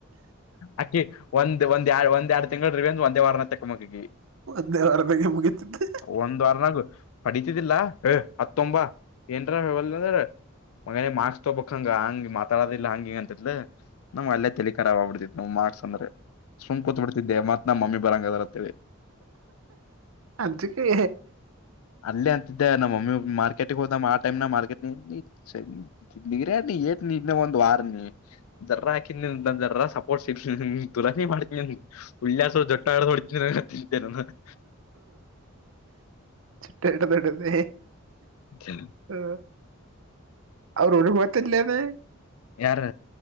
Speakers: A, on the left (about 80°); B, on the right (about 70°).
A: ಅಕಿ ಒಂದ್ ಒಂದ್ ಎ ಒಂದ್ ಎರಡ್ ತಿಂಗಳ ರ ಒಂದು ಒಂದೇ ವಾರ ನ ತಕ್ಕ ಮಗಗಿ
B: ಒಂದೇ ವಾರ ಬೇಗೆ ಮುಗತಿದ್ದೆ
A: ಒಂದ್ ವಾರನಾಗು ಅಡಿತಿದ್ದಿಲ್ಲಾ ಏ ಹತ್ತೊಂಬ ಏನ್ರಲ್ ಮಗನೆೇ ಮಾರ್ಕ್ಸ್ ತೊೋಬಬೇಕಕ್ ಹಂಗ ಹಂಗಗೆ ಮಾತಾಡೋದಿಲ್ಲಾ ಹಂಗಿಂಗ ಅಂತ ನಮ್ ಅಲ್ಲೇ ತಲಿಕಖಾವ್ಬ ಬಿಡ್ತಿದ ನ್ ಮಾರ್ಕ್ಸ್ ಅಂದ್ರೆ ಸುಂ ಕೂತ್ ಬಿಡ್ದಿದ್ದೇ ಮತ್ ನಮ್ಮಿ ಬರಂಗ ಅದರ ಅಂತೇಳಿ
B: ಅಜಕ್ಕೆ
A: ಅಲ್ಲೇ ಅಂತಿದ್ದೆ ನಮ್ಮ ಮಮ್ಮಿ ಮಾರ್ಕೆಟಗ್ ಹೋದ ಆ ಟೈಮ್ ನ ಮಾರ್ಕೆಟ್ ನಿ ಸರಿ ತಿಗ್ರ ನೀ ಏತ್ ನಿನ ಒಂದ ವಾರ್ ನೀ ಜರ ಹಾಕಿದ ನಿ ಜರ ಸಪೋರ್ಟ್ಸ್ ಇ ದುರಿ ಮಾಡ್ತ ಉಳ್ಳಾಸ ಜೊಟ್ಟ ಆಡೆ ತೊಳ ಕ
B: ಚುಟ್ಟ ಇಟ್ಟ ದೊಡ್ಡ್ದ
A: ಹ
B: ಹ್ಮ ಅವರು ಒಳ ಹತ್ತಲ್ಲನೆ
A: ಯಾರು